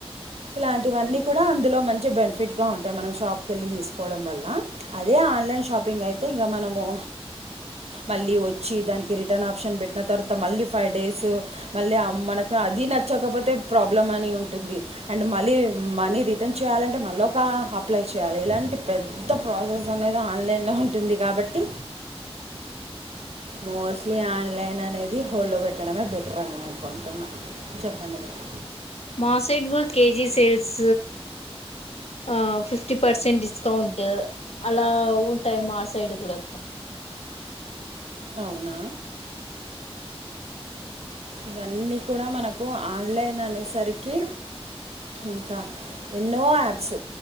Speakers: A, on the right (about 80°); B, on the left (about 80°).
A: ఇలాంటివన్నీ కూడా అందులో మంచి బెనిఫిట్ గా ఉంటాయి మనం షాప్ కి వెళ్ళి తీసుకోవడం వల్ల అదే ఆన్లైన్ షాపింగ్ అయితే ఇంగ మనము మళ్ళీ వచ్చి దానికి రిటర్న్ ఆప్షన్ పెట్టి తర్వాత మళ్ళీ ఫైవ్ డేస్ మళ్ళీ మనకు అది నచ్చకపోతే ప్రాబ్లం అని ఉంటుంది అండ్ మళ్ళీ మనీ రిటర్న్ చేయాలంటే మళ్ళీ ఒక అప్లై చేయాలి ఇలాంటి పెద్ద ప్రాసెస్ అనేది ఆన్లైన్లో ఉ ఉంటుంది కాబట్టి
B: అ
A: మోస్ట్లీ ఆన్లైన్ అనేది హోల్డ్లో పెట్టడమే బెటర్ అనుకుంటున్నా చెప్పండి మీరు
B: మాసైడ్ కూడా కేజీ సెల్స్ ఆ ఫిఫ్టీ పర్సెంట్ డిస్కౌంట్ అలా ఉంటాయి మా సైడ్ కూడా
A: అవునా ఇవన్నీ కూడా మనకు ఆన్లైన్ అనేసరికి ఇంకా ఎన్నో యాప్స్